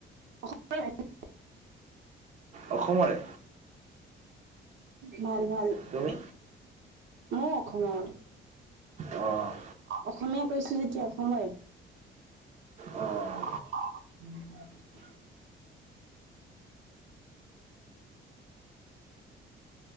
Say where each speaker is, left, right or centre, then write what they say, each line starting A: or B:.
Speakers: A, on the right; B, on the right.
A: <unintelligible>
B: অসমৰে।
A: ভাল-ভাল।
B: তুমি।
A: মইও অসমৰ।
B: অ'।
A: অসমীয়া, কৈছোঁ যেতিয়া অসমৰে।
B: অ'।
A: <unintelligible>